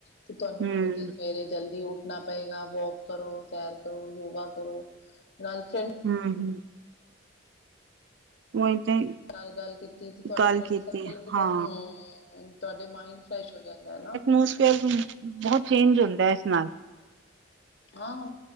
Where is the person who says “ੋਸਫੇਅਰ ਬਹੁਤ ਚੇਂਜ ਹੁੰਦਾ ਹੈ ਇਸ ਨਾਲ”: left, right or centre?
Right